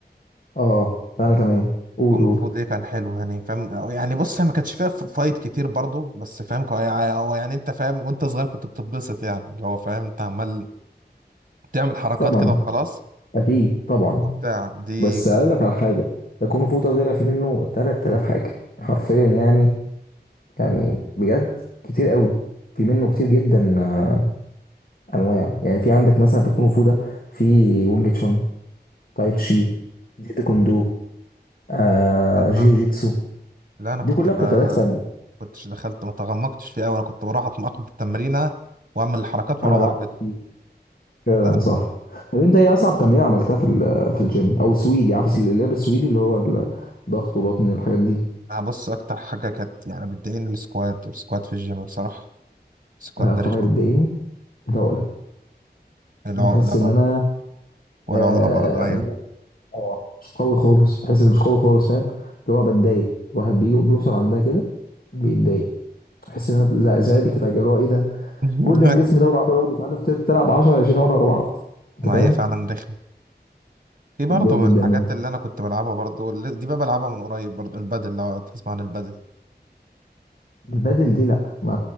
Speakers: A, on the left (about 55°); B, on the right (about 50°).
A: اه انا كمان قول
B: كونج
A: قول
B: فو دي كان حلو يعني فاهم أو يعني بص هي ما كانش فيها ف- فايت كتير برضه بس فاهم كو- يعني هو يعني أنت فاهم وأنت صغير كنت بتتبسط يعني اللي هو فاهم أنت عمال تعمل حركات
A: طبعا
B: كده وخلاص
A: اكيد طبعا
B: وبتاع دي
A: بس اقول لك على حاجه يكون فوطه طلع في منه 3000 حاجه حرفيا يعني يعني بجد كتير قوي في منه كتير جدا آه، انواع يعني في عندك مثلا في الكونغ فو ده في وينج تشون تاي
B: مم.
A: تشي جيتو كوندو آه
B: انا
A: جيو جيتسو
B: لا انا
A: دي
B: كنت
A: كلها
B: ب...
A: قتالات فن
B: كنتش دخلت ما تغمقتش فيه قوي انا كنت بروح اتناقض التمرينه واعمل الحركات واروح
A: انا لعبت
B: بيت
A: كتير فعلا
B: لا
A: صح طب انت ايه اصعب تمرين عملتها في ال- في الجيم او سويدي عارف اللعب السويدي اللي هو الضغط وبطن الحاجات دي
B: أنا بص اكتر حاجه كانت يعني بتضايقني السكواد السكواد في الجيم بصراحه السكواد
A: أنا اكتر
B: ده رخم
A: حاجه بتضايقني العقله
B: العقله
A: بحس
B: بقى
A: ان انا
B: والعقله
A: آه
B: برضه ايوه
A: إن أنا- آه، مش قوي خالص بحس ان مش قوي خالص فاهم اللي هو بتضايق الواحد بيجي بيوصل عندها كده بيتضايق بحس ان انا زع- زعلت فجاه اللي هو ايه ده
B: <laughs>
A: كل الجسم ده والعضله لو مش عارف تت- تلعب 10 20 ولا ورا بعض انت
B: ما
A: فاهم
B: هي فعلا رخمه في برضه
A: بتضايق
B: من
A: جدا
B: الحاجات
A: منها
B: اللي انا كنت بلعبها برضه اللي- دي بقى بلعبها من قريب برضه البادل لو تسمع عن البادل
A: البادل دي لا ما